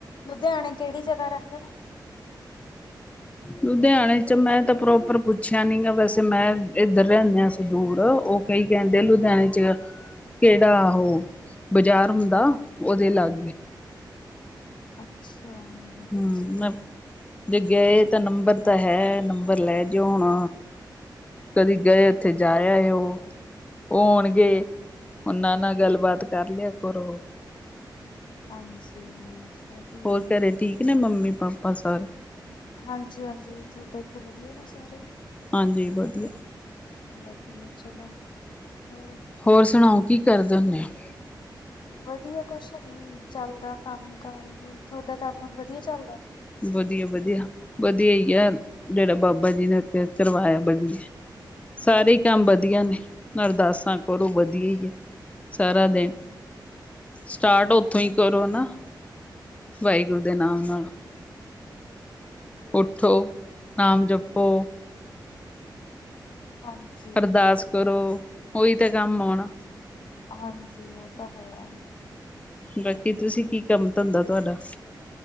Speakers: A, on the left; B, on the left.
A: ਲੁਧਿਆਣੇ ਕਿਹੜੀ ਜਗਾ ਰਹਿੰਦੇ ਨੇ
B: ਲੁਧਿਆਣੇ ਚ ਮੈਂ ਤਾਂ ਪ੍ਰੋਪਰ ਪੁੱਛਿਆ ਨੀ ਗ ਵੈਸੇ ਮੈਂ ਇੱਧਰ ਰਹਿੰਦੇ ਆ ਸ ਦੂਰ ਉਹ ਕਈ ਕਹਿੰਦੇ ਲੁਧਿਆਣੇ ਚ ਕਿਹੜਾ ਉਹ ਬਾਜ਼ਾਰ ਹੁੰਦਾ ਉਹਦੇ ਲਾਗ
A: ਅੱਛਾ ਹਾਂਜੀ
B: ਹਮ ਮੈਂ ਜੇ ਗਏ ਤਾਂ ਨੰਬਰ ਤਾਂ ਹੈ ਨੰਬਰ ਲੈ ਜਓ ਹੁਣ ਕਦੀ ਗਏ ਉੱਥੇ ਜਾਆ ਹੈ ਉਹ ਉਹ ਹੋਣਗੇ ਉਹਨਾਂ ਨਾਲ ਗੱਲਬਾਤ ਕਰ ਲਿਆ ਕਰ ਉਹ
A: ਹਾਂਜੀ ਵਧੀਆ
B: ਹੋਰ
A: ਜੀ
B: ਘਰੇ
A: ਕੋਈ
B: ਠੀਕ
A: ਨੀ
B: ਨੇ ਮੰਮੀ ਪਾਪਾਂ ਸਰ
A: ਹਾਂਜੀ ਹਾਂਜੀ ਤੁਹਾਡੇ ਇੱਥੇ ਵਧੀਆ ਮ ਸਾਰੇ
B: ਹਾਂਜੀ ਵਧੀਆ
A: ਵਧੀਆ ਚਲੋ ਹੋਰ
B: ਹੋਰ ਸੁਣਾਓ ਕੀ ਕਰਦੇ ਹੁੰੇ ਆ ਹ
A: ਵਧੀਆ ਕੁਛ ਨੀ ਚੱਲਦਾ ਕੰਮ ਕਾਰ ਤੁਹਾਡਾ ਕੰਮ ਵਧੀਆ ਚੱਲਦਾ
B: ਵਧੀਆ ਵਧੀਆ ਵਧੀਆ ਹੀ ਆ ਜਿਹੜਾ ਬਾਬਾ ਜੀ ਨੇੱਥੇ ਕਰਵਾਇਆ ਵਧੀਆ ਸਾਰੇ ਹੀ ਕੰਮ
A: ਹਾਂ
B: ਵਧੀਆ ਨੇ ਮਰਦਾਸ ਕਰਰੋਂ ਵਧੀਆ ਹੀ ਹੈ ਸਾਰਾ ਦੇਣ ਸਟਾਰਟ ਉੱਥੋਂ ਹੀ ਕਰੋਨਾ ਵਾਹਿਗੁਰੂ ਦੇ ਨਾਮ ਨਾਲੋਂ ਉੱਠੋ ਨਾਮ ਜਪੋ
A: ਹਾਂਜੀ
B: ਅਰਦਾਸ
A: ਉਹ ਤਾਂ
B: ਕਰੋ ਉਹੀ ਤੇ ਕੰਮ ਆਉਣਾ
A: ਹਾਂਜੀ ਉਹ ਤਾਂ ਹੈ
B: ਬਾਕੀ ਤੁਸੀਂ ਕੀ ਕੰਮ ਧੰਦਾ ਤੁਹਾਡਾ